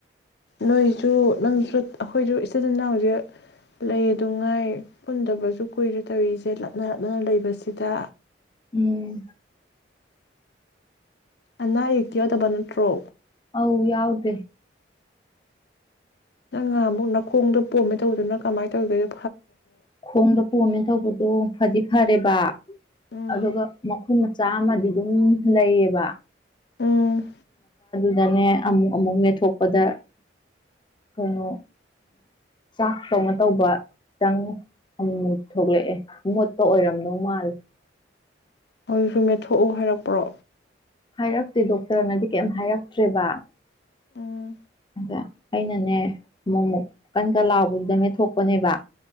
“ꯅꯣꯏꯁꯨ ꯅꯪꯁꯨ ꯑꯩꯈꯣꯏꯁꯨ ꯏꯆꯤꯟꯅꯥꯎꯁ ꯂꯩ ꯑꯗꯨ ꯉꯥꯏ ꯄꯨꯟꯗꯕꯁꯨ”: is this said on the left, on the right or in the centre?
Left